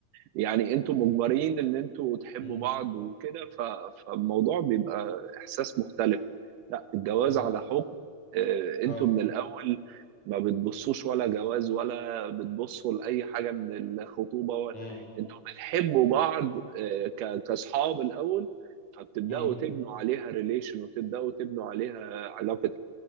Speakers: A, on the right; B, on the left.
A: يعني انتوا مجبرين ان انتوا تحبوا
B: امم
A: بعض وكده ف... فالموضوع بيبقى احساس مختلف لا الجواز
B: انا
A: على حب آه، انتوا
B: اه
A: من الاول ما بتبصوش ولا جواز ولا بتبصوا لاي حاجه من الخطوبه ولا...
B: امم
A: انتوا بتحبوا بعض آه، ك... كاصحاب الاول فبتبداوا
B: امم
A: تبنوا عليها ريليشن وتبداوا تبنوا عليها علاقه